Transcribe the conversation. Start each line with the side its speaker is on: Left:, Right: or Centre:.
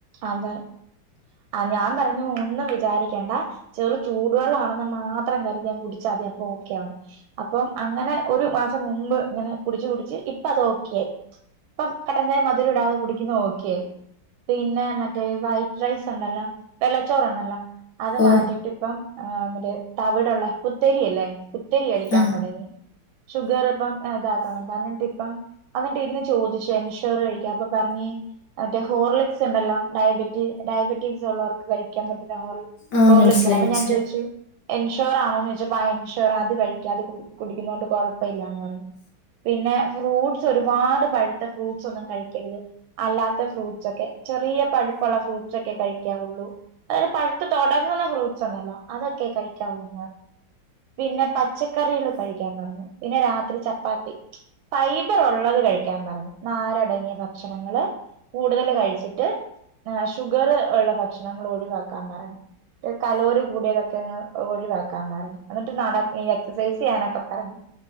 Right: അതെ ആ ഞാൻ പറഞ്ഞു പറഞ്ഞു ഒന്നും വിചാരിക്കേണ്ട ചെറു ചൂടുവെള്ളണെന്ന് മാത്രം കരുതി അങ്ങ് കുടിച്ചാ മതി അപ്പൊ ഓക്കെ ആവുന്നു അപ്പം അങ്ങനെ ഒരു മാസം മുമ്പ് ഇങ്ങനെ കുടിച്ച് കുടിച്ച് ഇപ്പ അത് ഓക്കെ ആയി ഇപ്പ കട്ടഞ്ചായ മധുരം ഇടാതെ കുടിക്കുന്ന ഓക്കെ ആയി പിന്നെ മറ്റേ വൈറ്റ് റൈസ് ഉണ്ടല്ലോ വെള്ളച്ചോറണല്ലോ അത്
Left: ഓ
Right: മാറ്റിട്ട് ഇപ്പം ആഹ് മറ്റേ തവിടുള്ള കുത്തരിയല്ലേ കുത്തരി കഴിക്കാൻ
Left: ആ
Right: തൊടങ്ങി ഷുഗർ ഇപ്പം ഇതാക്കാൻ വേണ്ടി അ ന്നിട്ട് ഇപ്പം എന്നിട്ട് ഇന്ന് ചോദിച്ചു ചോറ് കഴിക്കാൻ അപ്പോ പറഞ്ഞ് മറ്റെ ഹോർലിക്സ് ഉണ്ടല്ലോ ഡയബറ്റി ഡയബറ്റിസ് ഉള്ളവർക്ക് കഴിക്കാൻ പറ്റുന്ന
Left: ആ
Right: ഹോർലിക്സ്
Left: മനസ്സിലായി
Right: ഉണ്ട് അപ്പോ
Left: മനസ്സിലായി.
Right: ഞാൻ ചോദിച്ചു എൻഷോർ ആണോന്ന് ചോ ആ എൻഷോറ അത് കഴിക്ക അത് കുടിക്കുന്നോണ്ട് കൊഴപ്പ ഇല്ലാന്ന് പറഞ്ഞു പിന്നെ ഫ്രൂട്ട്സ് ഒരുപാട് പഴുത്തെ ഫ്രൂട്ട്സ് ഒന്നും കഴിക്കരുത് അല്ലാത്ത ഫ്രൂട്ട്സ് ഒക്കെ. ചെറിയ പഴുപ്പുള്ള ഫ്രൂട്ട്സ് ഒക്കെ കഴിയ്ക്കാവുള്ളൂ അതായത് പഴുത്ത് തുടങ്ങുന്ന ഫ്രൂട്ട്സ് ഉണ്ടല്ലോ അതൊക്കെ കഴിയ്ക്കാവുള്ളു പിന്നെ പച്ച കറികള് കഴിക്കാൻ പറഞ്ഞു. പിന്നെ രാത്രി ചപ്പാത്തി ഫൈബർ ഒ ള്ളത് കഴിക്കാൻ പറഞ്ഞു നാരടങ്ങിയ ഭക്ഷണങ്ങള് കൂടുതൽ കഴിച്ചിട്ട് ട്ട് ഷുഗർ ഉള്ള ഭക്ഷണങ്ങൾ ഒഴിവാക്കാൻ പറഞ്ഞു കലോറി കൂടിയതൊക്കെ ഒഴിവാക്കാൻ പറഞ്ഞു എന്നിട്ട് നട എക്സസൈസ് ചെയ്യാനൊക്കെ പറഞ്ഞു.